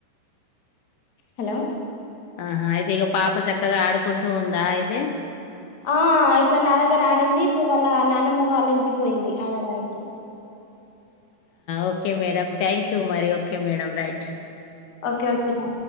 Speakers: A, on the left; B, on the left.
A: హలో
B: ఆహా అయితే ఇక పాప చక్కగా ఆడుకుంటూ ఉందా అయితే
A: ఆ ఇక్క నా దగ్గర ఆడింది వాళ్ళ నానమ్మ వాళ్ళ ఇంటికి పోయింది ఆడడానికి
B: ఓకే మేడడం థ్యాంక్ యూ మరి okay madam right
A: okay okay ్యాంక్